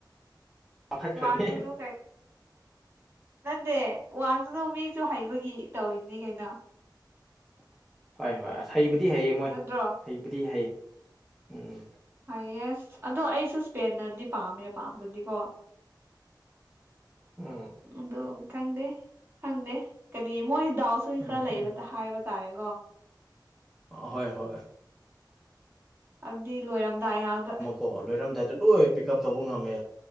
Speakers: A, in the centre; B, on the right.
A: ꯋꯥꯡꯈꯠꯈ꯭ꯔꯅꯤ
B: ꯋꯥꯁꯨꯅꯣ ꯅꯠꯇꯦ ꯋꯥꯡꯗꯁꯨ ꯃꯤꯁꯨ ꯍꯩꯕꯒꯤ ꯇꯧꯔꯤꯅꯤ ꯀꯩꯅꯣ
A: ꯍꯣꯏ ꯍꯣꯏ ꯍꯩꯕꯨꯗꯤ ꯍꯩꯌꯦ ꯃꯣꯏ
B: ꯅꯠꯇ꯭ꯔꯣ
A: ꯍꯩꯕꯨꯗꯤ ꯍꯩꯌꯦ ꯎꯝ
B: ꯍꯥꯏꯌꯦꯁ ꯑꯗꯣ ꯑꯩꯁꯨ ꯏꯁꯄꯦꯟꯅꯗꯤ ꯄꯥꯝꯃꯦ ꯄꯥꯝꯕꯗꯤꯀꯣ
A: ꯎꯝ
B: ꯑꯗꯨ ꯈꯪꯗꯦ ꯈꯪꯗꯦ ꯀꯔꯤ ꯃꯣꯏ ꯗꯥꯎꯁꯨ
A: ꯎꯝ
B: ꯈꯔ ꯂꯩꯕꯇ
A: ꯎꯝ
B: ꯍꯥꯏꯕ ꯇꯥꯔꯦꯒꯣ
A: ꯍꯣꯏ ꯍꯣꯏ
B: ꯑꯗꯨꯢ ꯂꯣꯏꯔꯝꯗꯥꯏ ꯉꯥꯛꯇ
A: ꯀꯣ ꯂꯣꯏꯔꯝꯗꯥꯏꯗ ꯂꯣꯏ ꯄꯤꯛ ꯎꯞ ꯇꯧꯕ ꯉꯝꯃꯦ